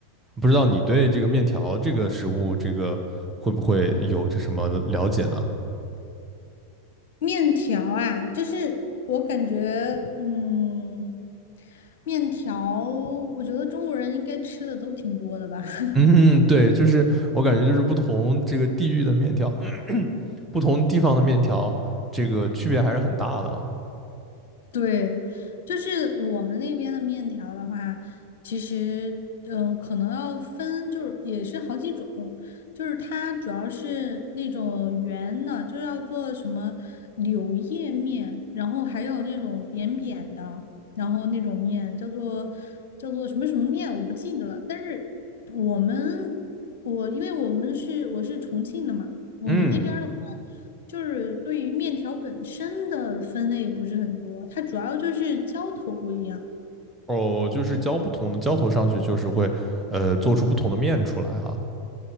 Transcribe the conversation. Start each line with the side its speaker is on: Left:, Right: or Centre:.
Centre: 不知道你对这个面条这个食物这个会不会有这什么的了解呢？
Left: 面条啊，就是我感觉，嗯，面条，我觉得中国人应该吃的都挺多的吧。<laughs>
Centre: 嗯，对，就是我感觉就是不同这个地域的面条，<clears throat> 不同地方的面条，这个区别还是很大的啊。
Left: 对，就是我们那边的面条的话，其实嗯，可能要分，就是也是好几种，就是它主要是那种圆的，就是要做什么柳叶面，然后还有那种扁扁的，然后那种面叫做叫做什么什么面，我不记得了。但是我们我因为我们是我是重庆的嘛。我们那边儿的话，
Centre: 嗯。
Left: 就是对于面条本身的分类不是很多，它主要就是浇头不一样。
Centre: 哦，就是浇不同的浇头上去，就是会呃做出不同的面出来哈。